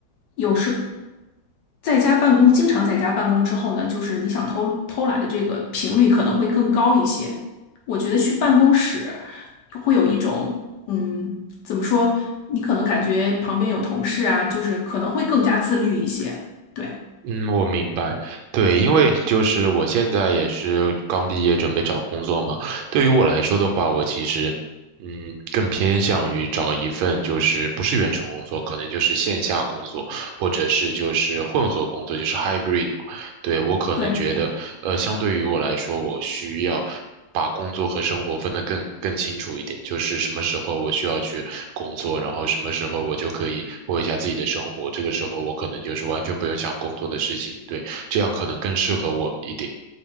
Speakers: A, on the left (about 65°); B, on the right (about 75°).
A: 有时在家办公，经常在家办公之后呢，就是你想偷偷懒的这个频率可能会更高一些。我觉得去办公室会有一种，嗯，怎么说？你可能感觉旁边有同事啊，就是可能会更加自律一些。对
B: 嗯，我明白。对，因为就是我现在也是刚毕业，准备找工作嘛。对于我来说的话，我其实，嗯，更偏向于找一份就是不是远程工作，可能就是线下工作，或者是就是混合工作，就是 hybrid 嘛。对，我可能觉得，
A: 对，
B: 呃，相对于我来说，我需要把工作和生活分得更更清楚一点，就是什么时候我需要去工作，然后什么时候我就可以过一下自己的生活，这个时候我可能就是完全不用想工作的事情，对，这样可能更适合我一点。